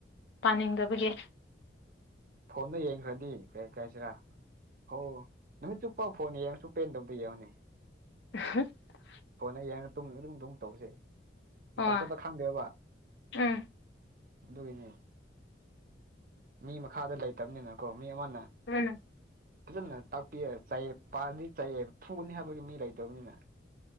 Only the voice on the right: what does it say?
ꯐꯣꯟꯅ ꯌꯦꯡꯈ꯭ꯔꯗꯤ ꯀꯔꯤ ꯀꯥꯏꯁꯤꯔꯥ ꯍꫭ ꯅꯨꯃꯤꯠ ꯆꯨꯞꯄꯥꯎ ꯐꯣꯟ ꯌꯦꯡꯉꯁꯨ ꯄꯦꯟꯗꯕꯗꯨ ꯌꯦꯡꯉꯅꯦ
ꯀꯣꯟꯅ ꯌꯥꯡ ꯇꯨꯝ ꯑꯗꯨꯝ ꯑꯗꯨꯝ ꯇꯧꯁꯦ ꯃꯇꯝ
ꯆꯞꯄ ꯈꯪꯗꯦꯕ
ꯑꯗꯨꯒꯤꯅꯦ ꯃꯤ ꯃꯈꯥꯗ ꯂꯩꯇꯕꯅꯤꯅꯀꯣ ꯃꯤ ꯑꯃꯅ
ꯐꯖꯅ ꯇꯥꯛꯄꯤꯔ ꯆꯌꯦ ꯄꯥꯔꯗꯤ ꯆꯌꯦ ꯐꯨꯒꯅꯤ ꯍꯥꯏꯕꯒꯤ ꯃꯤ ꯂꯩꯇꯕꯅꯤꯅ